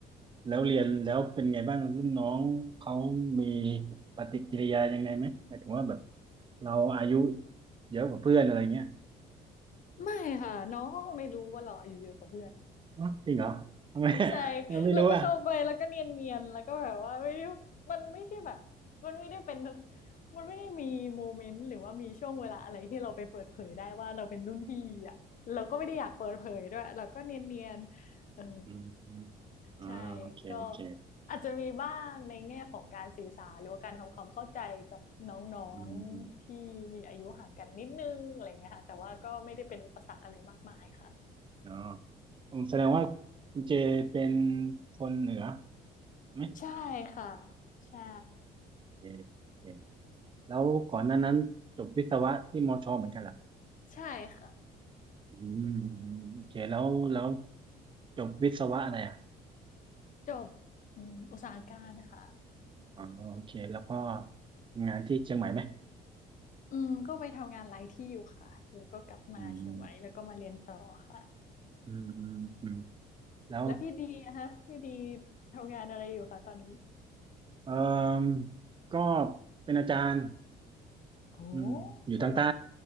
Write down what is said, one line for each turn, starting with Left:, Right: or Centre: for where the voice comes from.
Right: แล้วเรียนแล้วเป็นไงบ้างรุ่นน้องเขามีปฏิกิริยายังไงไหมหมายถึงว่าแบบเราอายุเยอะกว่าเพื่อนอะไรเงี้ย
Left: ไม่ค่ะน้องเขาก็ไม่รู้ว่าเราอายุเยอะกว่าเพื่อน
Right: อ๋อจริงเหรอทำไม
Left: <laughs>
Right: <laughs>
Left: ใช่
Right: เราไม่รู้อ่ะ
Left: แล้วก็เข้าไปแล้วก็เนียนๆแล้วก็แบบว่าไม่ได้มันไม่ใช่แบบมันไม่ได้เป็นมันไม่ได้มีโมเมนต์หรือว่ามีช่วงเวลาอะไรที่เราไปเปิดเผยได้ว่าเราเป็นรุ่นพี่อ่ะเราก็ไม่ได้อยากเปิดเผยด้วยเราก็เนียนๆเออ
Right: อืมอืมอ่าโอเคโอเค
Left: ใช่ก็อาจจะมีบ้างในแง่ของการสื่อสารหรือว่าการทำความเข้าใจกับน้องๆที่มีอายุห่างกันนิดนึงอะไรเงี้ยค่ะแต่ว่าก็ไม่ได้เป็นอุปสรรคอะไรมากมายค่ะ
Right: อืมอืมเนาะอืมแสดงว่าคุณเจเป็นคนเหนือไหม
Left: ใช่ค่ะใช่
Right: โอเคโอเคแล้วก่อนหน้านั้นจบวิศวะที่มอชอเหมือนกันเหรอ
Left: ใช่ค่ะ
Right: อืมอืมโอเคแล้วแล้วจบวิศวะอะไรอ่ะ
Left: จบอืมอุตสาหการนะคะ
Right: อ๋อโอเคแล้วก็ทำงานที่เชียงใหม่ไหม
Left: อืมก็ไปทำงานหลายที่อยู่ค่ะแล้วก็กลับมาเชียงใหม่แล้วก็มาเรียนต่อค่ะ
Right: อืมอืมอืมอืมแล้ว
Left: แล้วพี่ดีนะคะพี่ดีทำงานอะไรอยู่คะตอนนี้
Right: เออก็เป็นอาจารย์
Left: โอ้
Right: อืมอยู่ทางใต้
Left: อ